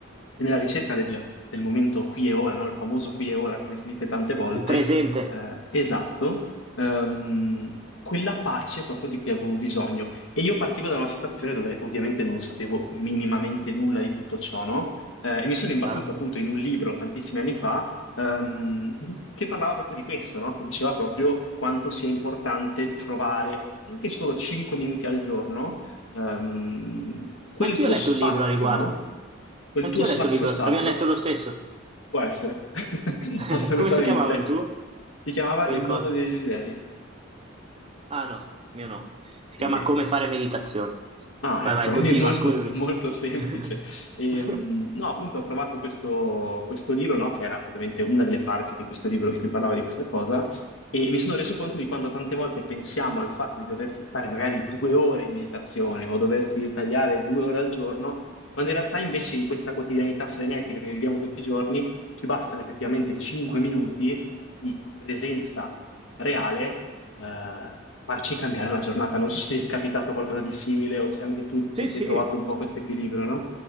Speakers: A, on the left; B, on the right.
A: e nella ricerca del, del momento qui e ora, no? Il famoso qui e ora, come si dice tante volte,
B: Il presente,
A: eh, esatto, ehm, quella pace proprio di cui avevo bisogno. E io partivo da una situazione dove ovviamente non sapevo minimamente nulla di tutto ciò, no? Eh, e mi sono imbattuto
B: chiaro.
A: appunto in un libro tantissimi anni fa, ehm, di- che parlava proprio di questo, no? Che diceva proprio quanto sia importante trovare anche solo 5 minuti al giorno ehm, quel
B: Ma anch'io
A: tuo
B: ho letto
A: spazio,
B: un libro a riguardo.
A: no? Quel
B: Anch'io
A: tuo spazio
B: ho letto un libro.
A: sacro
B: Abbiamo letto lo stesso.
A: può essere, <laughs>
B: <laughs>
A: assolutamente.
B: Come si chiamava il tuo?
A: Si chiamava
B: Se
A: Il
B: lo ricordo.
A: mondo dei desideri.
B: Ah no, mio no. Si
A: Quindi
B: chiama Come fare meditazione.
A: Ah,
B: Vai,
A: ecco,
B: vai, continua,
A: <laughs> è molto,
B: scusami.
A: molto semplice.
B: <laughs>
A: Ehm, no, appunto, ho trovato questo, questo libro, no, che era ovviamente una delle parti di questo libro di cui parlava di questa cosa, e mi sono reso conto di quanto tante volte pensiamo al fatto di doverci stare magari due ore in meditazione o doversi ritagliare due ore al giorno, quando in realtà invece in questa quotidianità frenetica che viviamo tutti i giorni ci bastano effettivamente cinque minuti di presenza reale eh, farci cambiare la giornata. Non so se ti è capitato qualcosa di simile o se anche tu ti
B: Sì,
A: sei
B: sì.
A: trovato un po' questo equilibrio, no?